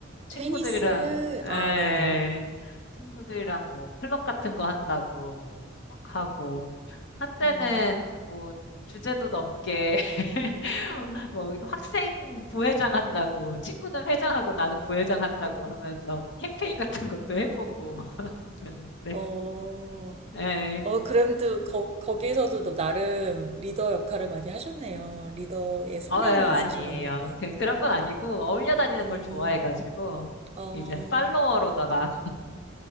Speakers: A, on the left (about 65°); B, on the right (about 30°).
A: 친구들이랑,
B: 테니스,
A: 에이,
B: 아, 네네네.
A: 친구들이랑 뭐, 클럽 같은 거 한다고, 뭐, 막 하고. 한때는
B: 음,
A: 뭐, 주제도 넘게, <laughs> 뭐, 학생 부회장 한다고, 친구는 회장하고 나는 부회장 한다고 하면서 캠페인 같은 것도 해보고 <laughs> 그랬는데.
B: 어,
A: 에이,
B: 어, 그램도 거, 거기에서도 너 나름 리더 역할을 많이 하셨네요. 리더의 성향이
A: 예 아니에요.
B: 있으신가 보다. 네.
A: 그- 그런 건 아니고, 어울려 다니는
B: 음,
A: 걸 좋아해가지고,
B: 어,
A: 이제 팔로워로다가